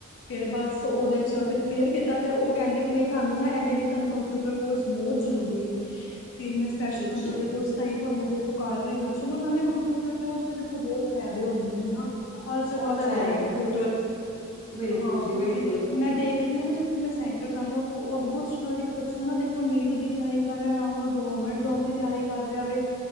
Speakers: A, on the left (about 75°); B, on the left (about 30°).
A: ਫੇਰ ਬਸ ਉਹਦੇ ਚ ਫਿਰ ਕਲੀਅਰ ਕੀਤਾ। ਫਿਰ ਉਹ ਕਹਿੰਦੇ ਕਿ ਨਹੀਂ ਤੁਹਾਨੂੰ ਨਾ ਇਹਦੇ ਲਈ ਤੁਹਾਨੂੰ ਕੰਪਿਊਟਰ ਕੋਰਸ ਬਹੁਤ ਜ਼ਰੂਰੀ ਐ। ਫਿਰ ਸਪੈਸ਼ਲ
B: ਅੱਛਾ
A: ਕੰਪਿਊਟਰ ਕੋਰਸ ਤਾਹੀ ਤੇ ਹੁਣ ਮੈਂ ਦੇਖੋ ਕਰ ਰਹੀ ਹਾਂ, ਚਲੋ ਨਾਲੇ ਕੰਪਿਊਟਰ ਦੇ ਓਦੇ ਚ ਵੀ ਦੇਖੋ ਬਹੁਤ ਫ਼ਾਇਦੇ ਹੁੰਦੇ ਨੇ ਹਨਾ। ਹਰ ਜਗ੍ਹਾ
B: ਉਹ ਤਾਂ
A: ਚੱਲਦਾ
B: ਹੈ ਹੀ।
A: ਕੰਪਿਊਟਰ
B: ਬਿਲਕੁਲ
A: ਹਾਂ,
B: ਜੀ
A: ਕਿਉਂਕਿ
B: ਬਿਲਕੁਲ
A: ਮੈਂ ਦੇਖਣੀ ਆ ਨਾ ਜਿੱਥੇ ਮੈਂ ਸੈਂਟ ਰ ਜਾਣੀ ਉੱਥੋਂ ਆਲਮੋਸਟ ਹਰ ਇੱਕ ਬੱਚਾ ਨਾ ਦੇਖੋ ਨੀਟ ਦੀ ਤਿਆਰੀ ਕਰ ਰਿਹਾ ਨਾ। ਗਵਰਮੈਂਟ ਜੋਬ ਦੀ ਤਿਆਰੀ ਕਰ ਰਿਹਾ ਵੈ